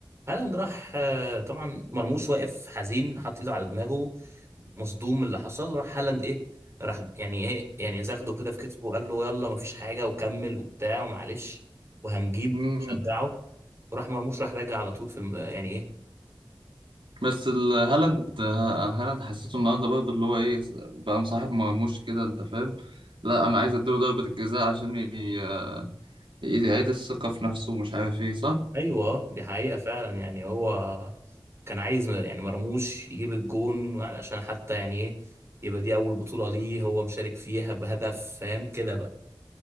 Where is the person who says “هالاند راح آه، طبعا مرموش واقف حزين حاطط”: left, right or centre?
Right